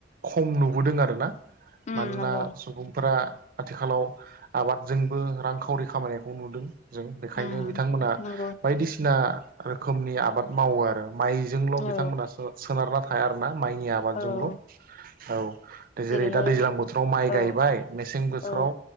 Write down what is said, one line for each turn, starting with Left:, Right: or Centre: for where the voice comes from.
Right: खम नुबोदों आरोना
Left: उम
Right: मानोना
Left: नंगौ
Right: सुबुंफोरा आथिखालाव आबादजोंबो रांखावरि खामायनायखौ नुदों जों बेखायनो
Left: उम
Right: बिथांमोना
Left: नंगौ
Right: बायदिसिना रोखोमनि आबाद मावो आरो माइजोंल'
Left: औ
Right: बिथांमोना सोनारना थाया आरोना माइनि आबादजोंल'
Left: औ
Right: औ जेरै
Left: जेरैहाय
Right: दा दैज्लां बोथोराव माइ
Left: औ
Right: गायबाय मेसें बोथोराव
Left: औ